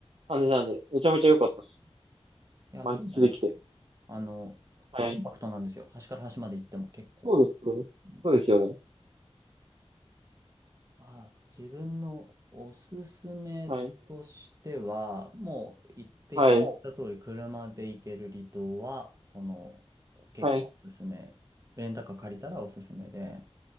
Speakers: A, on the right; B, on the right.
A: 感じなんで、めちゃめちゃ良かったし、
B: いや、
A: 満喫できて。
B: そうなんですよ。あの、
A: はい。
B: コンパクトなんですよ。端から端まで行っても結構。
A: そうですよね。
B: うん
A: そうですよね。
B: まあ、自分のおすすめとしては、
A: はい。
B: もう言っていただいた通り、
A: はい。
B: 車で行ける離島は、その、結構おすすめ。
A: はい。
B: レンタカー借りたらおすすめで、